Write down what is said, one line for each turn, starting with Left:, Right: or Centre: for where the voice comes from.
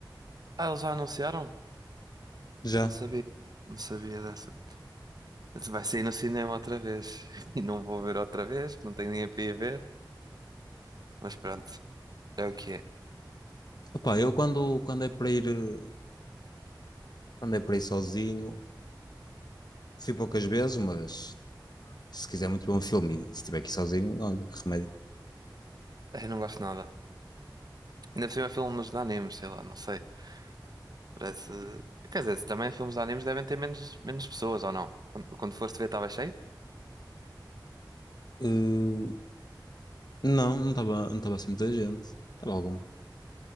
Right: Ah, eles já anunciaram?
Left: Já.
Right: Eu Não sabia. Não sabia dessa. Vai sair no cinema outra vez. <laughs> E não vou ver outra vez, não tenho nem a para ir ver. Mas pronto, é o que é.
Left: Opá, eu quando, quando é para ir, eh, quando é para ir sozinho, Fui poucas vezes, mas se quiser muito bom filme e se estiver aqui sozinho, olha que remédio.
Right: Eu não gosto de nada. Ainda por cima é filmes de animes, sei lá, não sei. Parece. Quer dizer, também filmes de animes devem ter menos, menos pessoas ou não? Quando, quando foste ver, estava cheio?
Left: Uh, não, não estava não estava assim muita gente. Estava alguma.